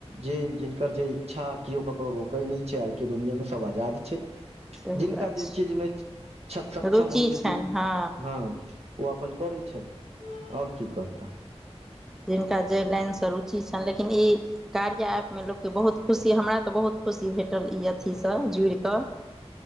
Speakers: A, on the right (about 70°); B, in the centre.
A: जे जिनकर जे इच्छा केओ ककरो रोकै नहि छै आइके दुनिियामे सभ आजाद छै
B: सही
A: जिनका
B: बात
A: जै
B: छै
A: चीज मे क्ष सक्षम
B: रुचि
A: होइ छथिन
B: छनि हँ
A: हँ ओ अपन करै छथि आओर की कहताह
B: जिनका जे लाइनसँ रुचि छनि लेकिन ई कार्य हम लोककेँ बहुत खुशी हमरा तऽ बहुत खुशी भेटल ई अथीसँ जुड़िकऽ